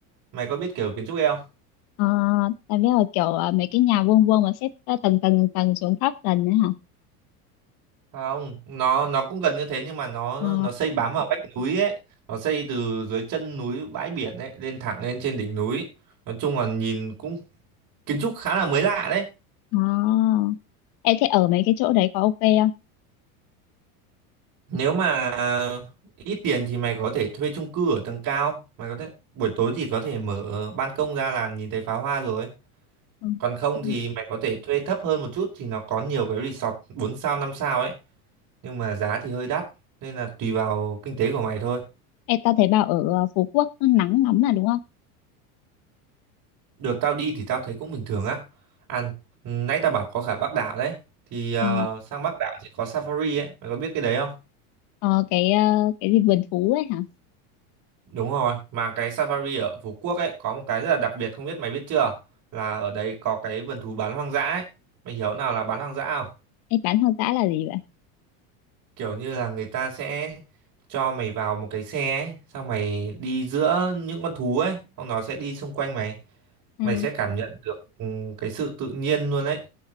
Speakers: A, on the right; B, on the left.
A: mày có biết kiểu kiến trúc ấy không
B: Ờ, tao biết là kiểu ờ, mấy cái nhà vuông vuông mà xếp ờ, tầng tầng tầng tầng xuống thấp tầng đấy hả?
A: không nó nó cũng gần như thế nhưng mà nó
B: Ờ,
A: nó xây bám vào vách núi ấy nó xây từ dưới chân núi bãi biển ấy lên thẳng lên trên đỉnh núi nói chung là nhìn cũng kiến trúc khá là mới lạ đấy
B: à. Ê, thế ở mấy cái chỗ đấy có ok không?
A: Nếu mà ít tiền thì mày có thể thuê chung cư ở tầng cao, mày có thể buổi tối thì có thể mở ban công ra là nhìn thấy pháo hoa rồi.
B: Ừ.
A: Còn không
B: Ừ.
A: thì mày có thể thuê thấp hơn một chút thì nó có nhiều cái resort 4 sao 5 sao ấy, nhưng mà giá thì hơi đắt nên là tùy vào kinh tế của mày thôi.
B: Ê, tao thấy bảo ở ờ, Phú Quốc nó nắng lắm là đúng không?
A: Đợt tao đi thì tao thấy cũng bình thường á. Ăn, nãy tao bảo có cả Bắc đảo đấy. Thì ờ,
B: Ờ,
A: sang Bắc đảo thì có Safari ấy, mày có biết cái đấy không?
B: ờ, cái ờ, cái gì vườn thú ấy hả?
A: Đúng rồi, mà cái Safari ở Phú Quốc ấy có một cái rất là đặc biệt không biết mày biết chưa? Là ở đấy có cái vườn thú bán hoang dã ấy. Mày hiểu nào là bán hoang dã không?
B: Ê, bán hoang dã là gì vậy?
A: Kiểu như là người ta sẽ cho mày vào một cái xe ấy, xong mày đi giữa những con thú ấy, xong nó sẽ đi xung quanh mày.
B: À,
A: Mày sẽ cảm nhận được ừ, cái sự tự nhiên luôn ấy,